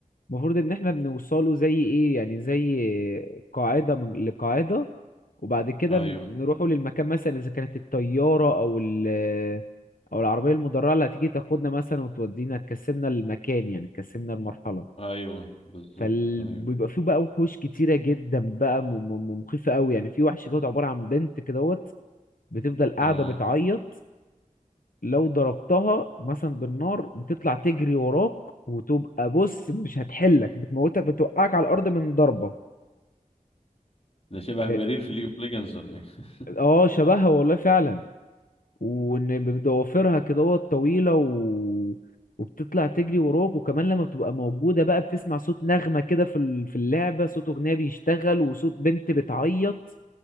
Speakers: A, on the left; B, on the left.
A: المفروض ان احنا بنوصله زي ايه يعني زي قاعدة من لقاعدة وبعد كده
B: ايوه
A: نروحوا للمكان مثلا اذا كانت الطيارة او ال او العربية المدرعة اللي هتيجي تاخدنا مثلا وتودينا تكسبنا المكان يعني تكسبنا المرحلة
B: ايوه بالظبط
A: فبيبقى
B: ايوه
A: فيه بقى وحوش كتيرة جدا بقى م- م- مخيفة قوي يعني في وحش دوت عبارة عن بنت كدهوت بتفضل قاعدة
B: اه
A: بتعيط لو ضربتها مثلا بالنار بتطلع تجري وراك وتبقى بص مش هتحلك بتموتك بتوقعك على الارض من ضربه
B: ده شبه
A: اه
B: برير في ليج اوف ليجندز ولا ايه
A: آه، شبهها والله فعلا وان بضوافرها كده طويله و... وبتطلع تجري وراك وكمان لما بتبقى موجوده بقى بتسمع صوت نغمه كده في ال- في اللعبه صوت اغنيه بيشتغل وصوت بنت بتعيط